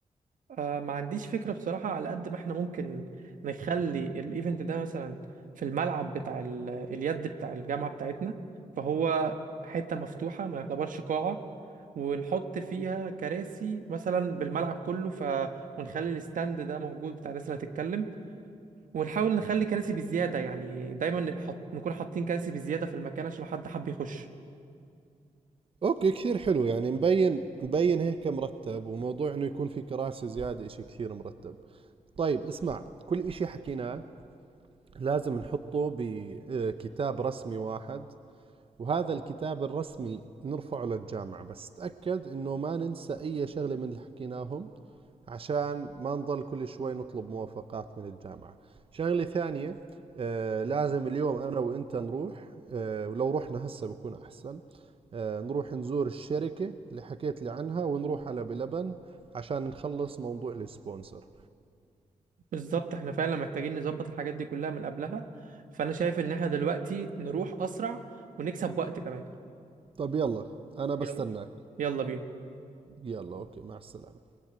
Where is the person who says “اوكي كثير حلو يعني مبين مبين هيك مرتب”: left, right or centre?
Right